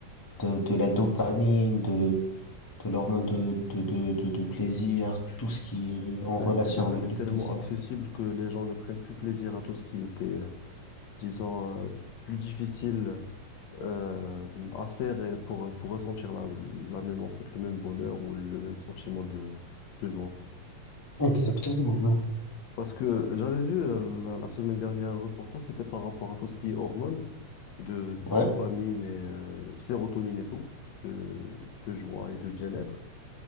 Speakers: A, on the left (about 25°); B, on the left (about 65°).
A: de, de la dopamine, de de l'hormone de, de de de de plaisir, tout ce qui est en
B: Ouais,
A: relation
B: c'est devenu
A: avec
B: tellement
A: le plaisir.
B: accessible que les gens ne prennent plus plaisir à tout ce qui était euh, disons, euh, plus difficile euh, à faire et pour, pour ressentir la, la même, en fait, le même bonheur ou le même sentiment de, de joie.
A: Exactement, non.
B: Parce que j'avais vu euh, la, la semaine dernière un reportage, c'était par rapport à tout ce qui est hormones, de
A: Ouais,
B: dopamine et euh, sérotonine et tout, de, de joie et de bien-être.